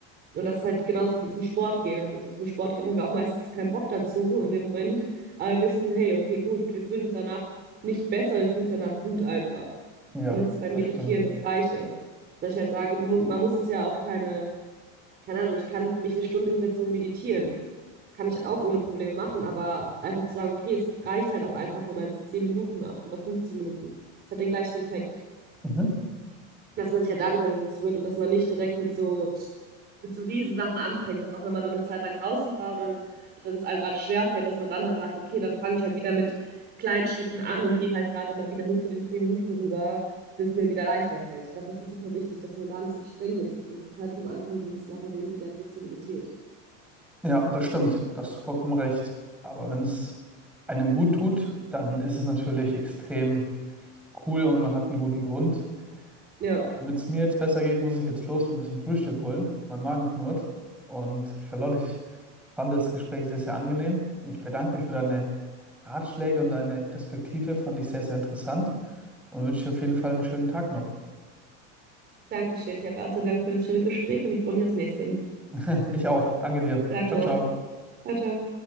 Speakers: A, on the right (about 25°); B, in the centre.
A: Und das ist halt genauso wie zum Sport gehen. Also so zum Sport gehen haben wir auch meistens keinen Bock dann zu in dem Moment. Aber wir wissen, hey, okay, gut, wir fühlen uns danach nicht besser, wir fühlen uns danach gut einfach.
B: Ja,
A: Und das ist beim
B: das
A: Meditieren
B: stimmt.
A: das Gleiche. Dass ich halt sage, du, mu- man muss es ja auch keine keine Ahnung, ich kann mich eine Stunde hinsetzen und meditieren. Kann ich auch ohne Probleme machen, aber einfach zu sagen, okay, es reicht halt auch einfach, wenn man es 10 Minuten macht oder 15 Minuten. Es hat den gleichen Effekt.
B: Mhm.
A: Dass man sich ja darüber bewusst wird und dass man nicht direkt mit so, mit so Riesensachen anfängt, dass auch wenn man dann eine Zeit lang draußen war oder dann es einem gerade schwerfällt, dass man dann halt sagt, okay, dann fange ich halt wieder mit kleinen Schritten an und gehe halt gerade mal wieder nur zu den 10 Minuten rüber, bis mir wieder leichter fällt. Ich glaube, das ist super wichtig, dass man da nicht so streng mit sich ist. Das hatte ich am Anfang so ein bisschen auch erwähnt mit der Flexibilität.
B: Ja, das stimmt. Da hast du vollkommen recht. Aber wenn es einem gut tut, dann ist es natürlich extrem cool und man hat einen guten Grund.
A: Ja,
B: Damit es mir jetzt besser geht, muss ich jetzt los ein bisschen Frühstück holen. Mein Magen knurrt. Und Charlotte, ich fand das Gespräch sehr, sehr angenehm. Ich bedanke mich für deine Ratschläge und deine Perspektive. Fand ich sehr, sehr interessant und wünsche dir auf jeden Fall einen schönen Tag noch.
A: danke schön. Ich habe auch zu danken für das schöne Gespräch und ich freue mich aufs nächste.
B: <laughs> Ich auch. Danke dir.
A: Sag
B: Ciao,
A: noch.
B: ciao.
A: Ciao, ciao.